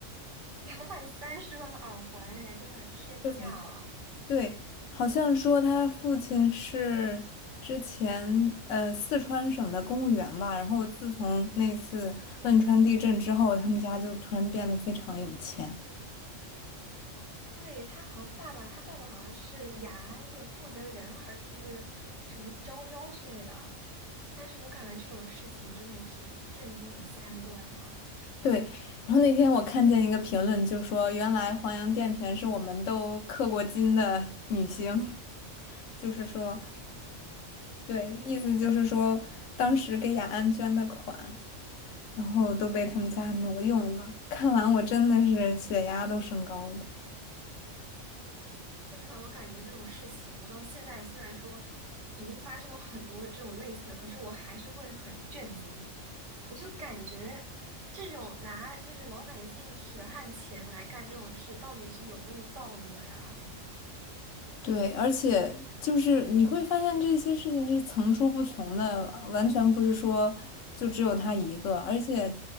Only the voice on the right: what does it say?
<laughs> 两百三十万的耳环，哎，真的天价了。
对，他好像爸爸，他爸爸好像是雅安的负责人还是什么招标之类的，但是我感觉这种事情真的是震惊我三观呢。
说实话，我感觉这种事情，我到现在虽然说已经发生了很多这种类似的，可是我还是会很震惊。我就感觉这种拿就是老百姓血汗钱来干这种事，到底是有没有道德呀？